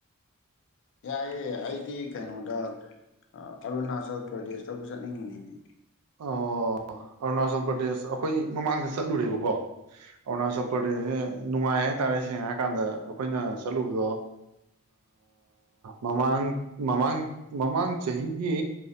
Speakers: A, on the left; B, on the right.
A: ꯌꯥꯏꯑꯦ ꯑꯩꯗꯤ ꯀꯩꯅꯣꯗ ꯑ ꯑꯔꯨꯅꯥꯆꯜ ꯄ꯭ꯔꯗꯦꯁꯇꯕꯨ ꯆꯠꯅꯤꯡꯉꯤꯅꯤꯅꯦ
B: ꯑꯣ ꯑꯔꯨꯅꯥꯆꯜ ꯄ꯭ꯔꯗꯦꯁ ꯑꯩꯈꯣꯏ ꯃꯃꯥꯡꯗ ꯆꯠꯂꯨꯔꯦꯕꯀꯣ ꯑꯔꯨꯅꯥꯆꯜ ꯄꯁꯦ ꯅꯨꯡꯉꯥꯏ ꯍꯥꯏꯇꯥꯔꯦ ꯁꯦꯡꯅ ꯍꯥꯏ ꯀꯥꯟꯗ ꯑꯩꯈꯣꯏꯅ ꯆꯠꯂꯨꯕꯗꯣ ꯃꯃꯥꯡ ꯃꯃꯥꯡ ꯃꯃꯥꯡ ꯆꯍꯤꯒꯤ